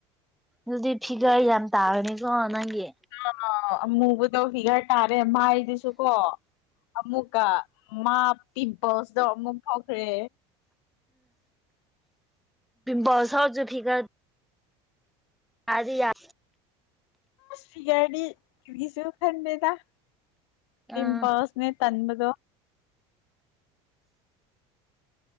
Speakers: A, in the centre; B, on the left.
A: ꯑꯗꯨꯗꯤ ꯐꯤꯒꯔ ꯌꯥꯝ ꯇꯥꯔꯅꯤꯀꯣ ꯅꯪꯒꯤ
B: ꯑ ꯑꯃꯨꯕꯨ ꯇꯧ ꯐꯤꯒꯔ ꯇꯥꯔꯦ ꯃꯥꯏꯗꯨꯁꯨ ꯀꯣ ꯑꯃꯨꯛꯀ ꯃꯥ ꯇꯤꯝꯄꯜꯁꯗꯣ ꯑꯃꯨꯛ ꯐꯥꯎꯈ꯭ꯔꯦ
A: ꯎꯝꯁꯥꯎꯁꯨ ꯐꯤꯒꯥ ꯑꯗꯤ ꯌꯥ
B: ꯐꯤꯒꯔꯗꯤ ꯀꯨꯒꯤꯁꯨ ꯈꯟꯗꯦꯗ ꯄꯤꯝꯄꯜꯁꯅꯦ
A: ꯑꯥ
B: ꯇꯟꯕꯗꯣ